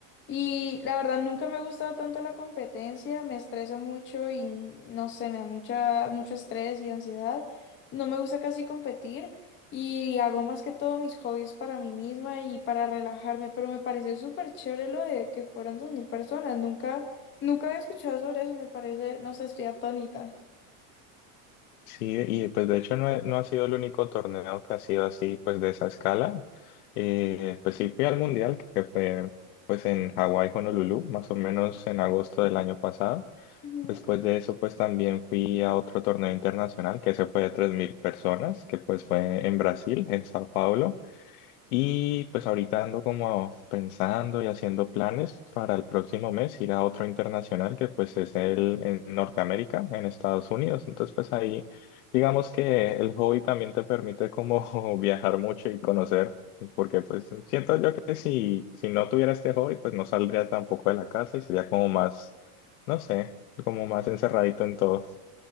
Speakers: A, on the left; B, on the left.
A: Y la verdad, nunca me ha gustado tanto la competencia, me estreso mucho y no sé, me da mucha, mucho estrés y ansiedad. No me gusta casi competir. Y hago más que todo mis hobbies para mí misma y para relajarme, pero me parece súper chévere lo de que fueran dos mil personas. Nunca, nunca había escuchado sobre eso, me parece, no sé, estoy atónita.
B: Sí, y pues de hecho no, he- no ha sido el único torneo que ha sido así, pues de esa escala. Eh, pues sí fui al Mundial, que fue pues en Hawái, Honolulu, más o menos en agosto del año pasado.
A: Ujú.
B: Después de eso, pues también fui a otro torneo internacional, que se fue de 3.000 personas, que pues fue en Brasil, en Sao Paulo. Y pues ahorita ando como pensando y haciendo planes para el próximo mes ir a otro internacional que pues es el en Norteamérica, en Estados Unidos. Entonces pues ahí digamos que el hobby también te permite como <laughs> viajar mucho y conocer, porque pues siento yo que si, si no tuviera este hobby pues no saldría tampoco de la casa y sería como más, no sé, como más encerradito en todo.